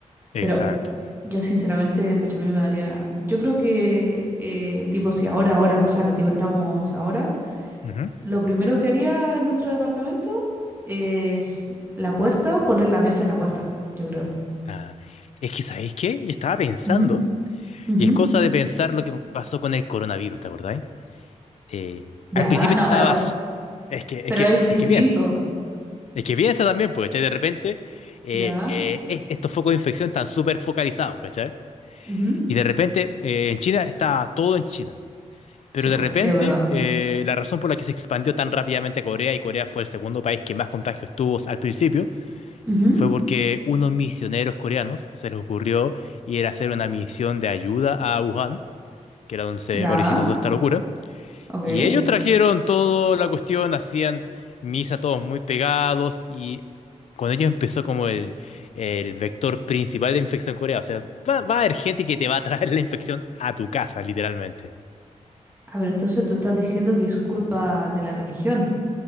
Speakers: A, on the left; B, on the right.
A: Exacto.
B: Pero yo sinceramente, pucha, a mí me daría, yo creo que eh, tipo si ahora, ahora pasara, tipo estamos ahora,
A: Ujú.
B: lo primero que haría en nuestro departamento es la puerta, poner la mesa en la puerta, yo creo.
A: Ah, es que, ¿sabéis qué? Yo estaba pensando,
B: Ujú, ujú.
A: y es cosa de pensar lo que pasó con el coronavirus, ¿te acordáis? eh,
B: Ya,
A: al principio
B: no,
A: estabas,
B: pero
A: es que,
B: Pero
A: es que,
B: es distinto.
A: es que piensa, es que piensa también, porque, ¿cachai? De repente, eh,
B: Ya.
A: eh, es- estos focos de infección están súper focalizados, ¿cachai?
B: Ujú.
A: Y de repente, eh, en China está todo en China. Pero
B: Sí,
A: de
B: po,
A: repente,
B: sí, es verdad.
A: eh, la razón por la que se expandió tan rápidamente a Corea, y Corea fue el segundo país que más contagios tuvo al principio,
B: Ujú.
A: fue porque unos misioneros coreanos se les ocurrió ir a hacer una misión de ayuda a Wuhan, que era donde se
B: Ya.
A: originó toda esta locura.
B: Ok.
A: Y ellos trajeron toda la cuestión, hacían misa todos muy pegados y con ellos empezó como el, el vector principal de infección en Corea. O sea, va, va a haber gente que te va a traer la infección a tu casa, literalmente.
B: Ah, pero entonces tú estás diciendo que es culpa de la religión.